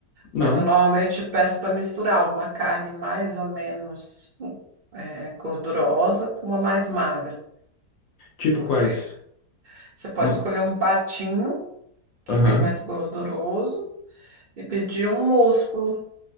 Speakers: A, on the left; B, on the right.
A: Não.
B: Mas eu normalmente peço para misturar uma carne mais ou menos é, gordurosa com uma mais magra,
A: Tipo
B: porque
A: quais?
B: você pode
A: Ma-
B: escolher um patinho, que
A: Aham.
B: vem mais gorduroso, e pedir um músculo,